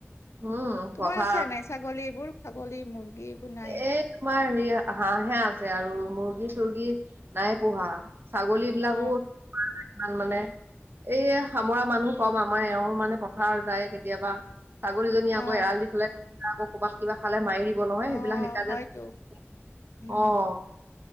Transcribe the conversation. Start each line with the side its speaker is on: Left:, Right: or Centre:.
Right: উম
Left: তোমাৰ
Right: পঠা
Left: আছে নাই ছাগলী এইবোৰ ছাগলী মুৰ্গী এইবোৰ নাই
Right: এ তোমাৰ হেৰি হাঁহহে আছে আৰু মুৰ্গী চুৰ্গী নাই পোহা। ছাগলী বিলাকো
Left: অ
Right: ই মানে এইয়া সামৰা মানুহ কম আমাৰ এওঁ মানে পথাৰ যায় কেতিয়াবা। ছাগলীজনী আকৌ
Left: অ
Right: এৰাল দি থলে আকৌ ক'বাত কিবা খালে মাৰি দিব নহয়।
Left: অ
Right: এইবিলাক সেই কাৰণে
Left: হয়তো
Right: নোপোহো
Left: উম
Right: অঁ